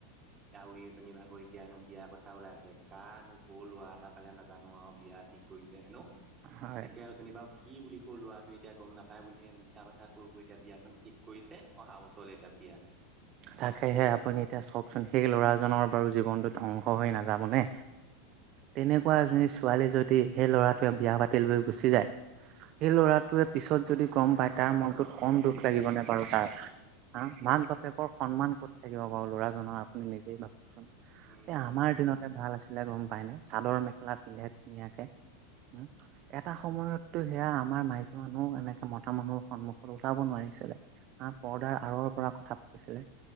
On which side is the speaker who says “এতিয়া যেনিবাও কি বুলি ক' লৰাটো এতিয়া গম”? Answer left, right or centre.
Right